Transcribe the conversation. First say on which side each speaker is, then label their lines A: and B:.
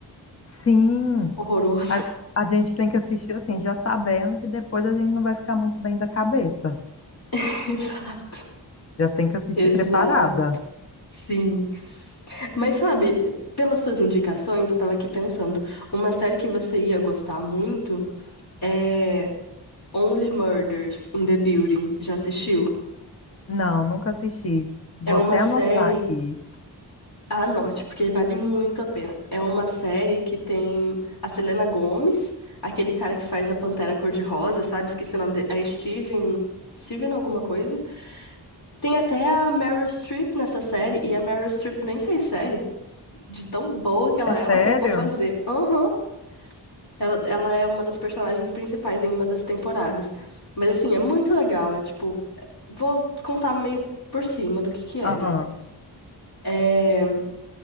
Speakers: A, on the left (about 35°); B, on the left (about 60°).
A: Sim,
B: horroroso.
A: a, a gente tem que assistir assim, já sabendo que depois a gente não vai ficar muito bem da cabeça.
B: <laughs> Exato.
A: Já tem que assistir
B: Exato,
A: preparada.
B: sim. Mas sabe, pelas suas indicações, eu tava aqui pensando, uma série que você ia gostar muito é Only Murders in the Building. Já assistiu?
A: Não, nunca assisti. Vou
B: É uma
A: até
B: série
A: anotar aqui.
B: Anote, porque vale muito a pena. É uma série que tem a Selena Gomez, aquele cara que faz a Pantera Cor-de-Rosa, sabe? Esqueci o nome dele. É Steven. Steven alguma coisa. Tem até a Meryl Streep nessa série, e a Meryl Streep nem fez série. De tão boa que
A: É
B: ela
A: sério?
B: é, ela topou fazer. Aham. Ela, ela é uma das personagens principais em uma das temporadas. Mas assim, é muito legal. É tipo. Vou contar meio por cima do que que é,
A: Ah,
B: né? É.